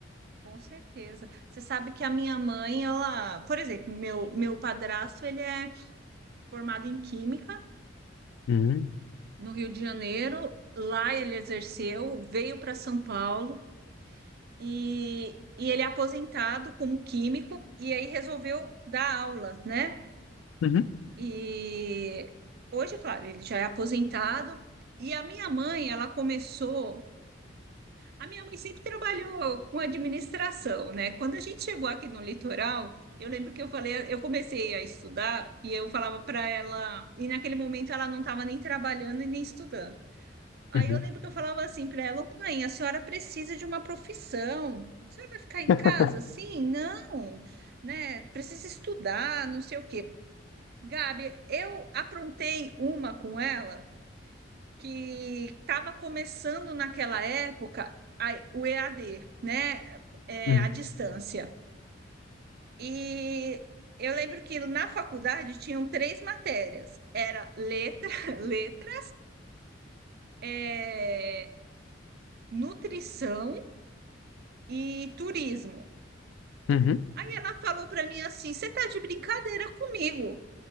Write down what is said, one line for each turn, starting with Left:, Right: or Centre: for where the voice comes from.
Right: Com certeza. Você sabe que a minha mãe, ela, por exemplo, meu, meu padrasto, ele é formado em Química
Left: Uhum,
Right: no Rio de Janeiro. Lá ele exerceu, veio para São Paulo e, e ele é aposentado como químico e aí resolveu dar aulas, né?
Left: uhum,
Right: E hoje, claro, ele já é aposentado. E a minha mãe, ela começou A minha mãe sempre trabalhou com administração, né? Quando a gente chegou aqui no litoral, eu lembro que eu falei, eu comecei a estudar e eu falava para ela, e naquele momento ela não estava nem trabalhando e nem estudando. Aí
Left: uhum.
Right: eu lembro que eu falava assim para ela, mãe, a senhora precisa de uma profissão. A senhora vai ficar em
Left: <laughs>
Right: casa assim? Não, né? Precisa estudar, não sei o quê. Gabi, eu aprontei uma com ela que estava começando naquela época a- o EAD, né? É,
Left: Uhum,
Right: a distância. E eu lembro que na faculdade tinham três matérias: era letra, <laughs> letra, é, nutrição e turismo.
Left: uhum.
Right: Aí ela falou para mim assim: você tá de brincadeira comigo?